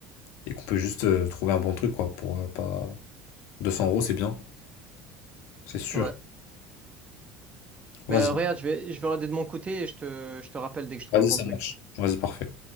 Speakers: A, on the left (about 70°); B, on the right (about 25°).
A: et qu'on peut juste euh, trouver un bon truc, quoi, pour euh, pas... 200 euros, c'est bien, c'est sûr.
B: Ouais.
A: Vas-y,
B: Mais euh, regarde, je vais, je vais regarder de mon côté et je te, je te rappelle dès que je trouve
A: vas-y,
B: un bon
A: ça
B: truc.
A: marche. Vas-y, parfait.